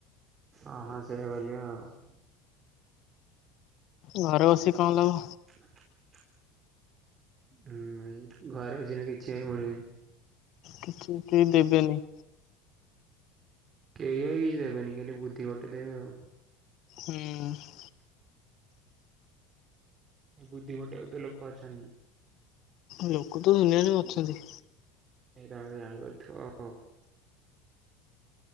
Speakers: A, on the right; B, on the left.
A: ଓ ହଁ ସେଇଆ କହିଚି ପା
B: ଘରେ ବସିିକି କଣ ଲାଭ?
A: <unintelligible> ହୁଁ ଭାଇ ଘରେ ବସିକିନା କିଛି ଭାଇ ମିଳିବନି।
B: କିଛି କେହି ଦେବେନି
A: କେହି ଭି କିଛି ଦେବେନି ଖାଲି ବୁଦ୍ଧି ବତେଇ ଦେବେ ଆଉ।
B: ହୁଁ।
A: <unintelligible> ଏ ବୁଦ୍ଧି ବଟେଇ ବାକୁ ତ ଲୋକ ଅଛନ୍ତି।
B: ଲୋକ ତ ଦୁନିଆରେ ଅଛନ୍ତି।
A: ଏଇ ଟା ଆମେ ଜାଣିପାରୁଥିବ ଆଉ।